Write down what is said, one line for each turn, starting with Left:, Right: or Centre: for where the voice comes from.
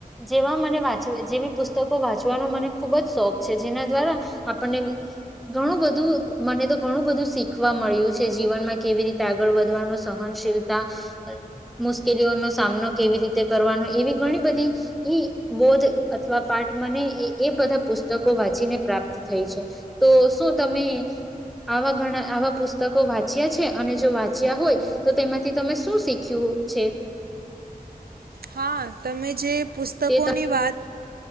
Centre: જેવા મને વાંચ જેવી પુસ્તકો વાંચવાનો મને ખુબ જ શોખ છે જેના દ્વારા આપણને ઘણું બધું મને તો ઘણું બધું શીખવા મળ્યું છે જીવનમાં કેવી રીતે આગળ વધવાનું સહનશીલતા. મુશ્કેલીઓનો સામનો કેવી રીતે કરવાનો એવી ઘણી બધી બોધ અથવા પાઠ મને એ બધા પુસ્તકો વાંચીને પ્રાપ્ત થઈ છે તો શું તમે આવા ઘણા આવા પુસ્તકો વાંચ્યા છે અને જો વાંચ્યા હોય તો તેમાંથી તમે શું શીખ્યું. છે.
Right: હા તમે જે. પુસ્તકોની
Centre: તે
Right: વાત.